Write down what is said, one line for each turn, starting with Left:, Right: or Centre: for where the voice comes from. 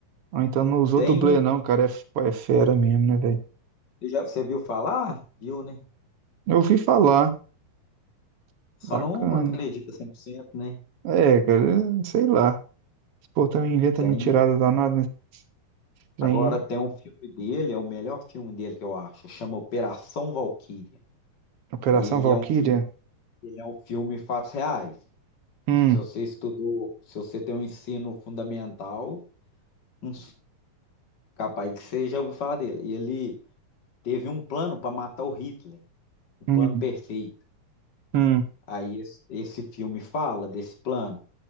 Right: Ou então não usou
Left: Tem
Right: dublê,
Left: um,
Right: não, cara. É, f- é fera mesmo, né, velho?
Left: você já, você viu falar? Viu, né?
Right: Eu ouvi falar.
Left: Só
Right: Bacana.
Left: não acredita 100%, né?
Right: É, cara, sei lá. Esse povo também inventa
Left: Tem
Right: mentirada
Left: um,
Right: danada nesse trem
Left: agora
Right: aí.
Left: tem um filme dele, é o melhor filme dele que eu acho, chama Operação Valquíria.
Right: Operação
Left: E ele
Right: Valquíria.
Left: é um filme, ele é um filme em fatos reais.
Right: Hum,
Left: Se você estudou, se você tem um ensino fundamental, hum, capaz que você já ouviu falar dele. E ele teve um plano para matar o Hitler, um plano
Right: hum,
Left: perfeito.
Right: hum.
Left: Aí esse esse filme fala desse plano.